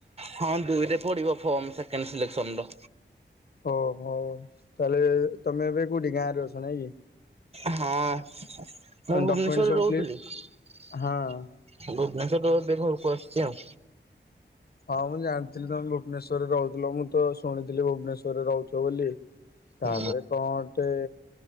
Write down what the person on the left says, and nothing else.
ଓହୋ ତାହେଲେ ତମେ ଏବେ କୋଉଠି ଗାଁରେ ଅଛ ନାଇଁକି?
ଡକ୍ୟୁମେଣ୍ଟ ସବୁ
କ୍ଲି
ହଁ।
ହଁ ମୁଁ ଜାଣିଥିଲି ତମେ ଭୁବନେଶ୍ଵ ରରେ ରହୁଥିଲ ମୁଁ ତ ଶୁଣିଥିଲି ଭୁବନେଶ୍ଵରରେ ରହୁଛ ବୋଲି,
ତାପରେ କଣ ଟେ